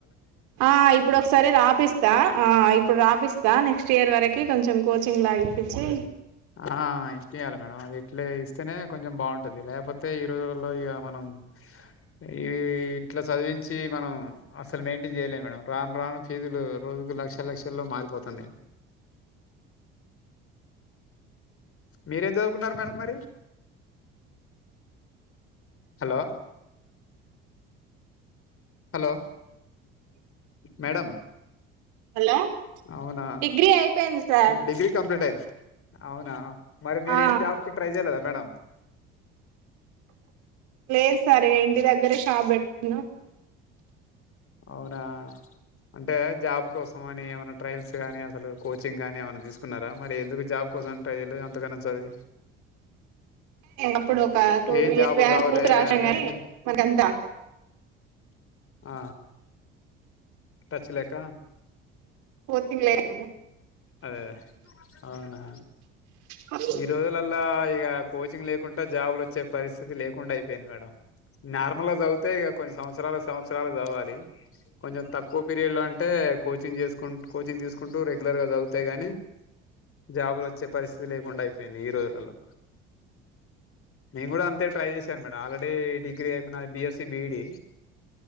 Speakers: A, on the right (about 75°); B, on the left (about 50°).
A: ఆహ్, ఇప్పుడు ఒకసారి రాపిస్తా. ఆహ్, ఇప్పుడు రాపిస్తా. నెక్స్ట్ ఇయర్ వరకి కొంచెం కోచింగ్ లాగ్. ఇప్పించి.
B: ఆహ్, ఇప్పియ్యాలి మేడమ్. అది ఇట్ల ఇస్తేనే కొంచెం బాగుంటది. లేకపోతే ఈ రోజులలో ఇగ మనం. ఉమ్మ్. ఇ ఇట్లా చదివించి మనం అసలు మెయింటైన్ చేయలేం మేడమ్. రాను రాను ఫీజులు రోజు ఇప్పుడు లక్షలు లక్షల్లో మారిపోతున్నయ్. మీరేం చదువుకున్నారు మేడమ్, మరి? హలో! హలో! మేడమ్.
A: హలో
B: అవునా?
A: డిగ్రీ అయిపోయింది సార్
B: డిగ్రీ కంప్లీట్ అయిందా? అవునా? మరి మీరేం
A: ఆ
B: జాబ్‌కి ట్రై చేయలేదా మేడమ్?
A: లేదు సార్, ఇంటి దగ్గరే షాప్ పెట్టుకున్నా.
B: అవునా? అంటే జాబ్ కోసం అని ఏమైనా ట్రయల్స్? ఊరికే గానీ, అసలు కోచింగ్ గానీ ఏమైనా తీసుకున్నారా మరి? ఎందుకు జాబ్ కోసం ట్రై చేయలేదు అంతగానం చదివి?
A: అప్పుడు ఒక టూ
B: ఏం
A: ఇయర్స్
B: జాబులు
A: బ్యాక్
B: రావ్
A: గ్రూప్
B: లే
A: రాసాం
B: అనేసి
A: గాని మనకంతా
B: ఆ టచ్ లేక
A: కోచింగ్ లే గదా
B: అదే అదే అవునా
A: కదా
B: ఈరోజులల్లా ఇగ కోచ్ చింగ్ లేకుండా జాబులు వచ్చే పరిస్థితి లేకుండా అయిపోయింది మేడం నార్మల్ గా చదివితే ఇగ కొన్ని సంవత్స సంవత్స సంవత్సరాలు చదవాలి కొంచెం తక్కువ పీరియడ్ లో అంటే కోచింగ్ జేసుకుంటు కోచింగ్ తీసుకుం టు రెగ్యులర్ గా జదువుతే గాని జాబులు వచ్చే పరిస్థితి లేకుండా అయిపోయింది ఈ రోజులల్లో నేను గూడా అంతే ట్రై చేశాను మేడం ఆల్రెడీ డిగ్రీ అయిపోయిన బిఎస్సి బీఈడి